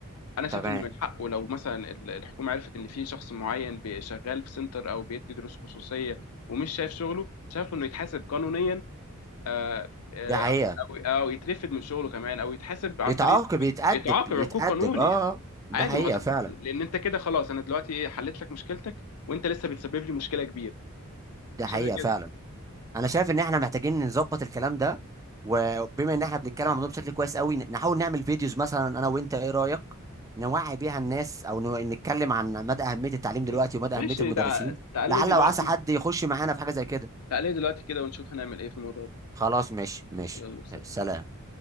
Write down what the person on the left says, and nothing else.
انا شايف
ان من حقه لو مثلا ال- الحكومه عرفت ان في شخص معين بي- شغال في سنتر او بيدي دروس خصوصيه ومش شايف شغله شايف انه يتحاسب قانونيا آه، آه،
او او او يترفد من شغله كمان او يتحاسب عن
طريق إنه
يتعاقب
عقوب قانوني
عادي
ما هو ده
لان انت كده خلاص انا دلوقتي ايه حليت لك مشكلتك وانت لسه بتسبب لي مشكله كبيره أنا
شايفها كده
م-
ماشي
تع- تعالى
لي دلوقتي
تعالى لي دلوقتي كده ونشوف هنعمل ايه في الموضوع ده
يلا سلام